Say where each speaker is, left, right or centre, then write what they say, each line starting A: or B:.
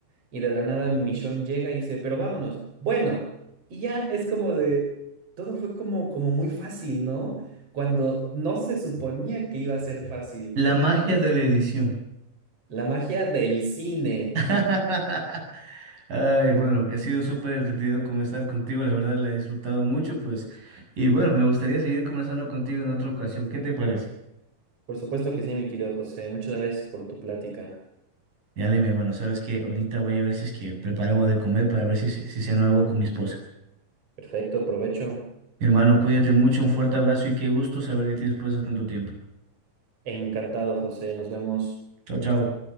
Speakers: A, on the right (about 45°); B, on the right (about 65°).
A: Y de la nada Michonne llega y dice, pero vámonos. Bueno, y ya es como de, todo fue como, como muy fácil, ¿no? Cuando no se suponía que iba a ser fácil.
B: La magia
A: En-
B: de la edición.
A: La magia del cine.
B: <laughs> Ay, bueno, ha sido súper entretenido conversar contigo, la verdad la he disfrutado mucho, pues, y bueno, me gustaría seguir conversando contigo en otra ocasión, ¿qué te parece?
A: Por supuesto que sí, mi querido José. Muchas gracias por tu plática.
B: Dale, mi hermano, sabes que ahorita voy a ver si es que preparo algo de comer para ver si, se- si ceno algo con mi esposa.
A: Perfecto, provecho.
B: Mi hermano, cuídate mucho, un fuerte abrazo y qué gusto saber de ti después de tanto tiempo.
A: Encantado, José. Nos vemos.
B: Chao, chao.